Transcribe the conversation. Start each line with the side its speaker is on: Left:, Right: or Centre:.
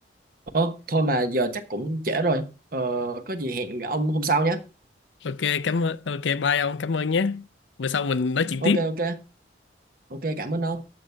Right: Ồ, thôi mà giờ chắc cũng trễ rồi Ờ, có gì hẹn ông hôm sau nhé
Left: ok cảm ơn ok bye ông cảm ơn nhé bữa sau mình nói chuyện
Right: ok
Left: tiếp
Right: ok ok cảm ơn ông